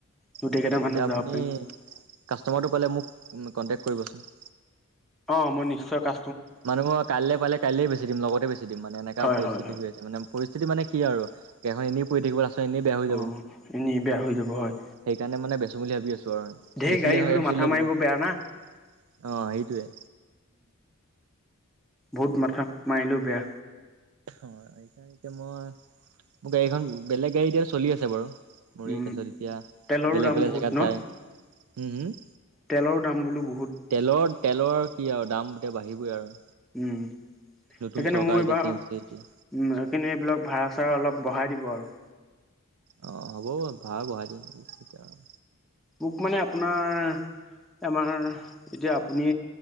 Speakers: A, in the centre; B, on the right (about 70°).
A: গোটেই
B: অ',
A: কেইটা মানুহ
B: এতিয়া আপুনি
A: যাব পাৰিম
B: কাষ্ট'মাৰটো পালে মোক কন্টেক কৰিবচোন।
A: অ', মই নিশ্চয় কা
B: মানে মই কাইলৈ পালে কাইলে বেছি দিম লগতে বেছি দিম মানে এনেকুৱা
A: হয়
B: পৰিস্থিতি
A: হয় হয়
B: হৈ আছে মানে। পৰিস্থিতি মানে কি আৰু গাড়ীখন এনেই পৰি থাকিব লাষ্টত এনেই বেয়া হৈ
A: অ
B: যাব।
A: এনেই বেয়া হৈ যাব হয়।
B: সেইকাৰণে মানে বেচো বুলি ভাবি আছো আৰু
A: ঢেৰ
B: বেচিলে
A: গাড়ী হলেও
B: গাড়ীখন
A: মাথা
B: চলি থাকিব।
A: মাৰিব বেয়া না
B: অ', সেইটোৱে।
A: বহুত মাথা মাৰিলেও বেয়া।
B: অ', এইকাৰনে মই মোৰ গাড়ী এখন বেলেগ গাড়ী এতিয়া চলি আছে বাৰু। মুৰেই
A: উম
B: তাৰপিছত এতিয়া
A: তেলৰো
B: বেলেগ
A: দাম
B: বেলেগ
A: বহুত
B: জেগাত
A: ন
B: যায়। উম হম?
A: তেলৰ দাম বোলো বহুত।
B: তেলৰ তেলৰ কি আৰু দাম এতিয়া বাঢ়িবই আৰু।
A: সেইকাৰণে
B: নতুন চৰকাৰ
A: মই
B: এতিয়া
A: এইবাৰ
B: চেঞ্জ
A: সেইকাৰণে
B: হৈছে এতিয়া
A: সেইবিলাক ভাড়া চাড়া অলপ বঢ়াই দিব আৰু।
B: অ', হ'ব বাৰু ভাড়া বঢ়াই দিম।
A: মোক মানে আপোনাৰ আমাৰ এতিয়া আপুনি